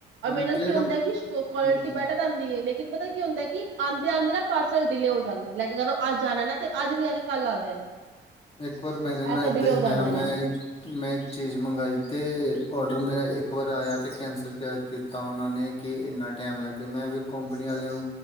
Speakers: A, on the left; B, on the right.
A: ਹਾਂ
B: ਮੈਨੂੰ
A: ਜਿਹੜਾ
B: ਕੀ ਹੁੰਦਾ ਕਿ ਕੁਆਲਿਟੀ
A: ਹਮ
B: ਬੈਟਰ ਆਂਦੀ ਲੇਕਿਨ ਪਤਾ ਕੀ ਹੁੰਦਾ, ਕਿ ਆਂਦੇ-ਆਂਦੇ ਨਾ ਪਾਰਸਲ ਡਿਲੇ ਹੋ ਜਾਂਦਾ, ਅਗਰ ਉਹ ਅੱਜ ਜਾਣਾ ਨਾ ਤੇ ਅੱਜ ਨੀ ਆ ਕੇ ਕੱਲ ਆ ਜਾਏਗਾ।
A: ਇੱਕ ਵਾਰ ਮੇਰੇ ਨਾਲ
B: ਐਸਾ
A: ਏਦਾਂ
B: ਡਿਲੇ
A: ਹੀ
B: ਹੋ
A: ਹੋਇਆ
B: ਜਾਂਦੇ
A: ਮੈਂ
B: ਨੇ
A: ਮੈਂ ਇੱਕ ਚੀਜ਼ ਮੰਗਈ ਤੇ ਔਡਰ ਮੈਂ ਇ ਇਕ ਵਾਰ ਆਇਆ ਤੇ ਕੈਂਸਲ ਕੀਤਾ, ਉਹਨਾਂ ਨੇ ਕਿ ਇੰਨਾ ਟਾਈਮ ਲੱਗ ਗਿਆ ਮੈਂ ਫਿਰ ਕੰਪਨੀ ਆਲੇ ਨੂੰ